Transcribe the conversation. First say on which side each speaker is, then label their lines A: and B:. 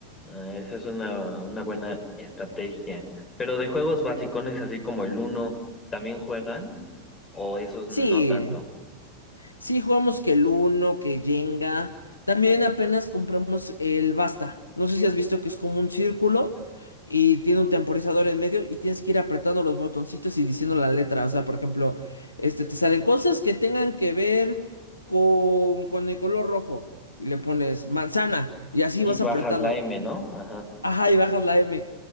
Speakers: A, on the left; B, on the left.
A: Ah, Esa es una, una buena estrategia. Pero de juegos basicones, así como el Uno, ¿también juegan? ¿O esos no
B: Sí,
A: tanto?
B: sí jugamos que el Uno, que Jenga. También apenas compramos el Basta. No sé si has visto que es como un círculo y tiene un temporizador en medio y tienes que ir apretando los botoncitos y diciendo la letra. O sea, por ejemplo, este te salen cosas que tengan que ver con, con el color rojo. Y le pones manzana y así
A: Y
B: vas
A: bajas
B: apretando.
A: la M, ¿no? Ajá.
B: Ajá, y bajas la M.